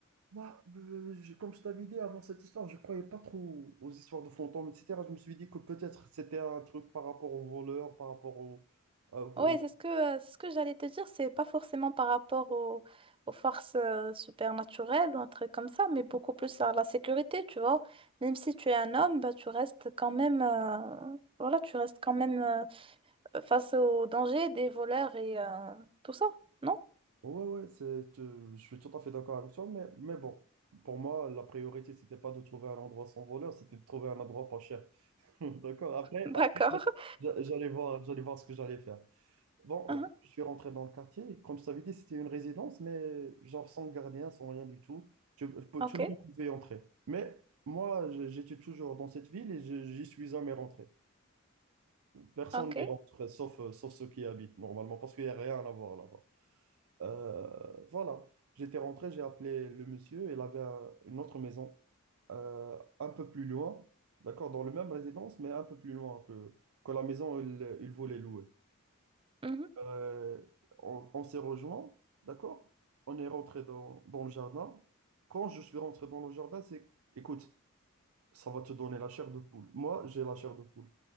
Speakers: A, on the right (about 80°); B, on the right (about 25°).
A: Bah, euh, je- comme je t'avais dit avant cette histoire, je croyais pas trop aux histoires de fantômes, etc. Je me suis dit que peut-être c'était un truc par rapport aux voleurs, par rapport au... à- au-
B: Ouais, c'est ce que, euh, ce que j'allais te dire, c'est pas forcément par rapport au- aux forces euh, supernaturelles ou un truc comme ça, mais beaucoup plus à la sécurité, tu vois. Même si tu es un homme, bah, tu restes quand même, euh, voilà, tu restes quand même euh, face aux dangers des voleurs et euh, tout ça, non?
A: Ouais, ouais, c'est, euh, je suis tout à fait d'accord avec toi, mais, mais bon, pour moi, la priorité, c'était pas de trouver un endroit sans voleur, c'était de trouver un endroit pas cher. <laughs> D'accord? Après,
B: D'accord.
A: après
B: <laughs>
A: j'a- j'allais voir, j'allais voir ce que j'allais faire. Bon,
B: Mhm.
A: euh, je suis rentré dans le quartier. Comme je t'avais dit, c'était une résidence, mais genre sans gardien, sans rien du tout. Tu- peux
B: Ok,
A: tout le monde pouvait y entrer. Mais moi, je- j'étais toujours dans cette ville et je- j'y suis jamais rentré. Personne
B: ok.
A: n'y rentre, sauf, euh, sauf ceux qui y habitent normalement, parce qu'il n'y a rien à voir là-bas. Euh, voilà, j'étais rentré, j'ai appelé le monsieur. Il avait un- une autre maison euh, un peu plus loin, d'accord, dans le même résidence, mais un peu plus loin que, que la maison où il il voulait louer.
B: Mhm.
A: Euh, on on s'est rejoints, d'accord? On est rentré dans, dans le jardin. Quand je suis rentré dans le jardin, c'est, écoute, ça va te donner la chair de poule. Moi, j'ai la chair de poule.